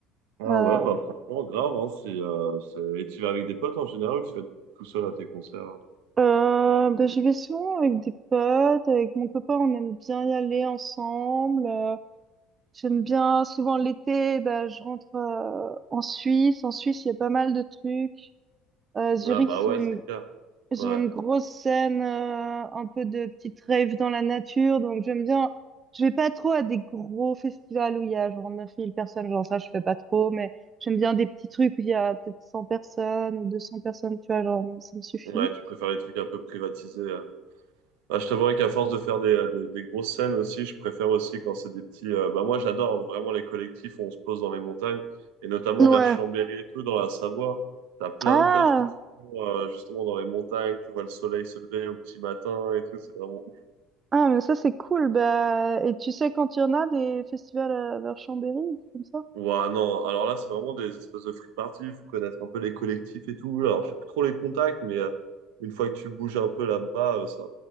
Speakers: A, on the right; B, on the right.
A: Ah
B: Euh,
A: ouais, bah franchement, grave, hein, Si euh, c'est- Et tu vas avec des potes en général ou tu vas tout seul à tes concerts? hein
B: euh, bah, j'y vais souvent avec des potes, avec mon copain, on aime bien y aller ensemble. euh, J'aime bien souvent l'été, bah, je rentre euh, en Suisse. En Suisse, il y a pas mal de trucs. Euh, Zurich,
A: Ah bah
B: ils sont
A: ouais, c'est clair.
B: Ils
A: Ouais.
B: ont une grosse scène, euh, un peu de petite rave dans la nature, donc j'aime bien. Je vais pas trop à des gros festivals où il y a genre 9000 personnes, genre ça je fais pas trop, mais j'aime bien des petits trucs où il y a peut-être 100 personnes ou 200 personnes, tu vois, genre ça me suffit.
A: Ouais, tu préfères les trucs un peu privatisés. euh, Bah, je t'avouerais qu'à force de faire des, euh, des, des grosses scènes aussi, je préfère aussi quand c'est des petits. euh, bah moi, j'adore vraiment les collectifs où on se pose dans les montagnes et notamment
B: Ouais.
A: vers Chambéry et tout dans la Savoie. T'as plein
B: Ah,
A: de teufs qui sont euh, justement dans les montagnes. Tu vois le soleil se lever au petit matin et tout. C'est vraiment.
B: ah mais ça c'est cool, bah et tu sais quand il y en a des festivals euh, vers Chambéry, comme ça?
A: Ouais, non. Alors là, c'est vraiment des espèces de free party. Il faut connaître un peu les collectifs et tout. Alors, j'ai plus trop les contacts, mais euh, une fois que tu bouges un peu là-bas, euh, ça,